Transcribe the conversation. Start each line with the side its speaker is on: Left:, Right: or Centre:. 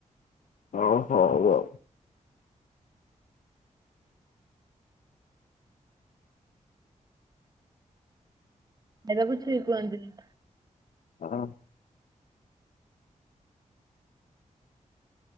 Left: ଓ ହଉ ଆଉ।
Right: ଖାଇବାକୁ ଛି କୁହନ୍ତିନି।
Left: ଅହ